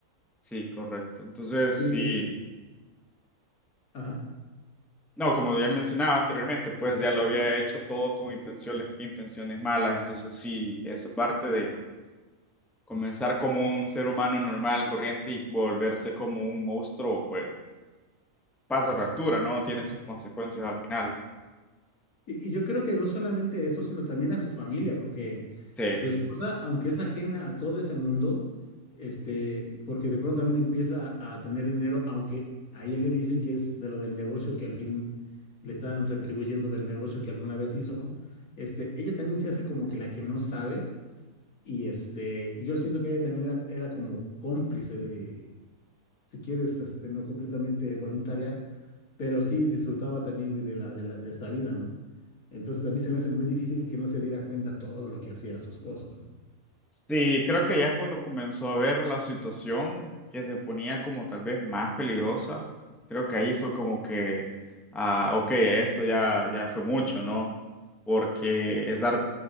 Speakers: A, in the centre; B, on the left.
A: sí, correcto. Entonces,
B: Sí,
A: sí.
B: Ajá.
A: No, como ya mencionaba anteriormente, pues ya lo había hecho todo con intenciones, intenciones malas. Entonces, sí, eso parte de comenzar como un ser humano normal, corriente y volverse como un monstruo, pues pasa factura, ¿no? Tiene sus consecuencias al final.
B: Y, y yo creo que no solamente eso, sino también a su familia, porque
A: Sí.
B: su esposa, aunque es ajena a todo ese mundo, este, porque de pronto también empieza a tener dinero, aunque a ella le dicen que es de lo del negocio que al fin le están retribuyendo del negocio que alguna vez hizo, este, ella también se hace como que la que no sabe, y este, y yo siento que ella también era, era como cómplice de, si quieres, este, no completamente voluntaria, pero sí disfrutaba también de, de la, de la- de esta vida, ¿no? Entonces a mí se me hace muy difícil que no se diera cuenta todo lo que hacía su esposo, ¿no?
A: Sí, creo que ya cuando comenzó a ver la situación que se ponía como tal vez más peligrosa, creo que ahí fue como que, ah, ok, esto ya, ya fue mucho, ¿no? Porque estar